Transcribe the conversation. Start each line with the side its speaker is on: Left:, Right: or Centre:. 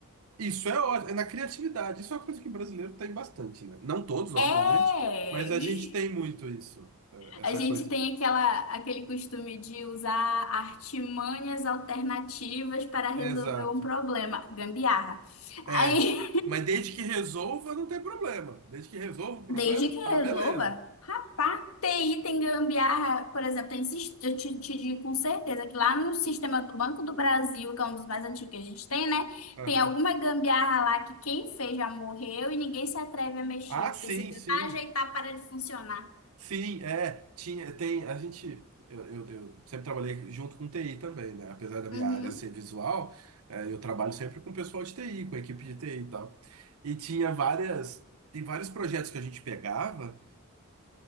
Right: isso é ótimo, é na criatividade. Isso é uma coisa que o brasileiro tem bastante, né? Não todos, obviamente,
Left: É!
Right: mas a gente tem
Left: <laughs>
Right: muito isso, é, essa
Left: A gente
Right: coisa
Left: tem
Right: de...
Left: aquela, aquele costume de usar artimanhas alternativas para resolver
Right: Exato.
Left: um problema. Gambiarra.
Right: É,
Left: Aí
Right: mas desde que resolva, não tem problema. Desde que resolva o problema,
Left: Desde que
Right: tá
Left: resolva.
Right: beleza.
Left: Rapaz, TI tem gambiarra, por exemplo, tem, sis- eu te, te digo com certeza que lá no sistema do Banco do Brasil, que é um dos mais antigos que a gente tem, né?
Right: Aham.
Left: Tem alguma gambiarra lá que quem fez já morreu e ninguém se atreve a mexer.
Right: Ah,
Left: Porque
Right: sim,
Left: se tentar
Right: sim.
Left: ajeitar, para de funcionar.
Right: Sim, é, tinha, tem, a gente, eu, eu, eu sempre trabalhei junto com TI também, né? Apesar da minha
Left: Uhum.
Right: área ser visual, é, eu trabalho sempre com o pessoal de TI, com a equipe de TI e tal. E tinha várias, tem vários projetos que a gente pegava